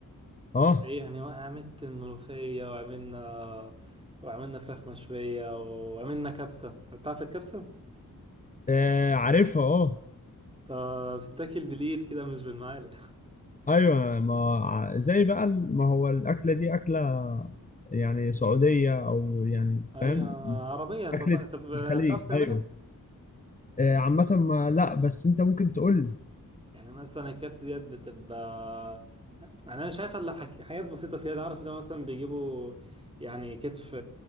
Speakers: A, on the left; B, on the right.
A: أه
B: ايه يعني عملت الملوخيه وعملنا وعملنا فراخ مشويه وعملنا كبسه تعرف الكبسه
A: آه، عارفها أه
B: طب بتتاكل بالايد كده مش بالمعالق <laughs>
A: أيوه ما ع- زي بقى ال- ما هو الأكلة دي أكلة يعني سعودية أو يعني
B: ايوه
A: فاهم
B: عربيه طب
A: أكلة
B: طب
A: الخليج
B: بتعرف تعملها
A: أيوه آه، عامة ما لا بس أنت ممكن تقول
B: يعني مثلا الكبس ديت بتبقى يعني انا شايف اللي حك... حاجات بسيطه فيها انا عارف ان هو مثلا بيجيبوا يعني كتف